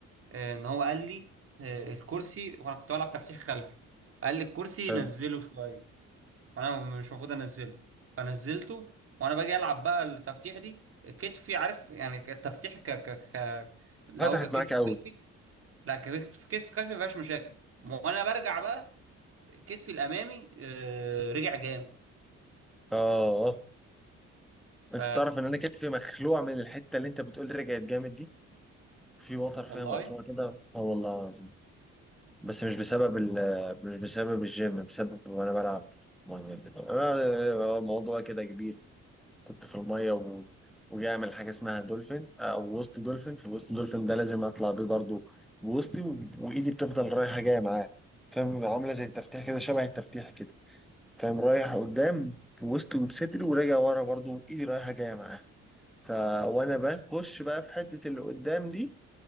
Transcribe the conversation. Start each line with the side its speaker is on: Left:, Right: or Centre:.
Right: آه، ان هو قال لي آه، الكرسي وانا كنت بلعب تفتيح خلفي قال لي الكرسي
Centre: حلو.
Right: نزله شويه وانا مش المفروض انزله فنزلته وانا باجي العب بقى التفتيح دي كتفي عارف يعني التفتيح ك ك ك اللي
Centre: فتحت
Right: هو ككتف
Centre: معاك قوي
Right: خلفي لا ككتف كتف خلفي ما فيهاش مشاكل وانا برجع بقى كتفي الامامي آه، رجع جامد
Centre: اه
Right: ف
Centre: انت تعرف ان انا كتفي مخلوع من الحته اللي انت بتقول رجعت جامد دي في وتر فيها
Right: والله
Centre: مقطوعه كده اه والله العظيم بس مش بسبب ال مش بسبب الجيم بسبب وانا بلعب في الميه كده انا- الموضوع كده كبير كنت في الميه و... وجاي اعمل حاجه اسمها دولفين او وسط دولفين في الوسط دولفين ده لازم اطلع بيه برضو بوسطي و... وايدي بتفضل رايحه جايه معاه فاهم عامله زي التفتيح كده شبه التفتيح كده فاهم رايح قدام بوسطي وبصدري وراجع ورا برضو ايدي رايحه جايه معاه ف وانا بخش بقى في حتة اللي قدام دي